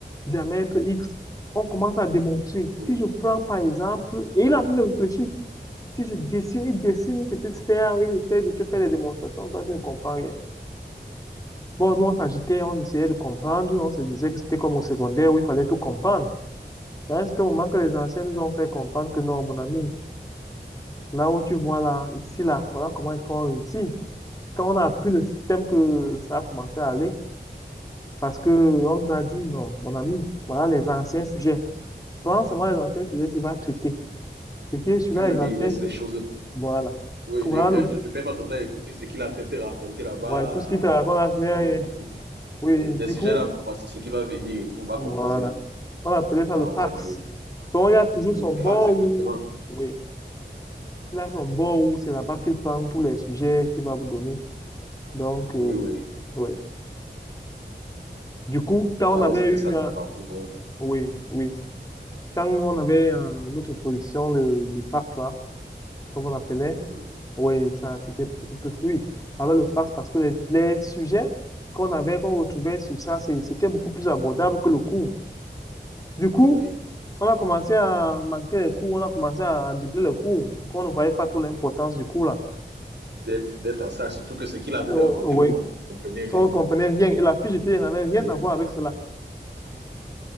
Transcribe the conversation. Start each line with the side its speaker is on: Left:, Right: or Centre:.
Left: diamètre X. On commence à démontrer.
Right: oui.
Left: Si je prends, par exemple, et il est en train de réfléchir, si je dessine, il dessine une petite sphère, il essaie de te faire des démonstrations, toi, tu ne comprends rien. Bon, nous, on s'agitait, on essayait de comprendre, on se disait que c'était comme au secondaire où il fallait tout comprendre. Là, c'était au moment que les anciens nous ont fait comprendre que non, mon ami, là où tu vois là, ici, là, voilà comment est-ce qu'on réussit. quand on a appris le système que ça a commencé à aller, parce que on nous a dit, non, mon ami, voilà les anciens sujets. Prends seulement les anciens sujets, tu vas traiter. Ce qui est celui-là,
Right: Tu relis,
Left: les anciens,
Right: laisse les choses.
Left: voilà.
Right: Oui,
Left: Que
Right: ne,
Left: Voilà
Right: euh,
Left: le,
Right: euh, ne perds pas ton temps à écouter ce qu'il est en train de te raconter là-bas
Left: ouais, tout ce qui te raconte là, ce
Right: euh,
Left: n'est
Right: pendant
Left: rien.
Right: le cours.
Left: oui,
Right: Oui, les
Left: du
Right: sujets
Left: coup,
Right: là, voici ce qui va venir et tout, va
Left: voilà.
Right: composer.
Left: On appelait ça
Right: Ça,
Left: le fax.
Right: en fait, oui.
Left: Donc, il y a toujours
Right: Euh,
Left: son bord
Right: fax, exactement.
Left: où, oui, il a son bord où c'est là-bas qu'il prend tous les sujets qu'il va vous donner. Donc, euh,
Right: Oui, oui.
Left: oui. Du coup, quand
Right: Ah
Left: on avait
Right: ouais, c'était
Left: eu
Right: ça ton
Left: un,
Right: parcours. hein.
Left: oui, oui. Quand on avait euh, notre position, le, le fax, là, comme on appelait,
Right: Mhm.
Left: oui, ça, c'était beaucoup plus fluide avec le fax parce que les, les sujets qu'on avait, qu'on retrouvait sur ça, c'est- c'était beaucoup plus abordable que le cours. Du coup,
Right: Oui.
Left: on a commencé à manquer les cours, on a commencé à doubler les cours. Du coup, on ne voyait pas trop l'importance du cours, là.
Right: D'être, d'être en salle, surtout que ce qu'il est en train
Left: Oh,
Right: de raconter,
Left: Oui.
Right: vous comprenez.
Left: On ne comprenait rien et la fiche de télé n'avait rien
Right: Oui.
Left: à voir avec cela.